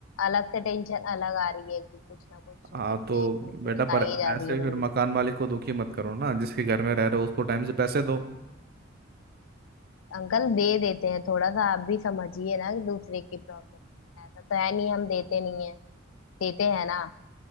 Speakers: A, on the left; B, on the right.
A: अलग से टेंशन अलग आ रही है कि कुछ ना कुछ एक
B: हाँ तो
A: ना एक मुसीबत
B: बेटा पर
A: आ ही जा
B: ऐसे
A: रही है मेरे
B: फिर
A: ऊपर
B: मकान मालिक को दुखी मत करो ना जिसके घर में रह रहे हो उसको टाइम से पैसे दो
A: अंकल दे देते हैं थोड़ा सा आप भी समझिए ना कि दूसरे की प्रॉब्लम ऐसा तो है नहीं हम देते नहीं है देते हैं ना